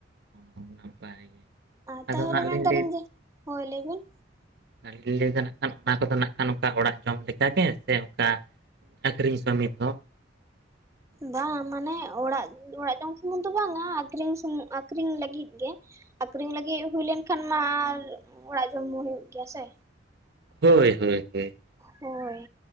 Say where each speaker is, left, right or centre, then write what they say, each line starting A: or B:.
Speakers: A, on the right; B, on the right.
A: ᱦᱚᱸ ᱱᱟᱯᱟᱭ ᱜᱮ᱾
B: ᱟᱨ
A: ᱟᱫᱚ
B: ᱛᱟᱦᱚᱞᱮ
A: ᱱᱟᱜ
B: ᱢᱮᱱᱫᱟᱞᱤᱧ
A: ᱞᱤᱧ
B: ᱡᱮ, ᱦᱳᱭ ᱞᱟᱹᱭ ᱵᱤᱱ᱾
A: ᱟᱞᱤᱧ ᱞᱤᱧ ᱞᱟᱹᱭ ᱫᱚ ᱱᱟᱜ ᱠᱷᱟᱱ ᱚᱱᱟ ᱠᱚᱫᱚ ᱱᱟᱜ ᱠᱷᱟᱱ ᱱᱚᱠᱟ ᱚᱲᱟᱜ ᱡᱚᱢ ᱞᱮᱠᱟᱜᱮ ᱥᱮ ᱚᱱᱠᱟ ᱟᱹᱠᱷᱨᱤᱧ ᱥᱟᱹᱢᱤᱛ ᱦᱚᱸ᱾
B: ᱵᱟᱝ ᱢᱟᱱᱮ ᱚᱲᱟᱜ ᱚᱲᱟᱜ ᱡᱚᱢ ᱥᱩᱢᱩᱝ ᱫᱚ ᱵᱟᱝᱟ ᱟᱹᱠᱷᱨᱤᱧ ᱥᱩᱢᱩ ᱟᱠᱷᱨᱤᱧ ᱞᱟᱹᱜᱤᱫ ᱜᱮ᱾ ᱟᱠᱷᱨᱤᱧ ᱞᱟᱹᱜᱤᱫ ᱦᱩᱭ ᱞᱮᱱ ᱠᱷᱟᱱ ᱢᱟ ᱟᱨ ᱚᱲᱟᱜ ᱡᱚᱢ ᱢᱟ ᱦᱩᱭᱩᱜ ᱜᱮᱭᱟ ᱥᱮ᱾
A: ᱦᱳᱭ ᱦᱳᱭ ᱦᱳᱭ᱾
B: ᱦᱮᱸ᱾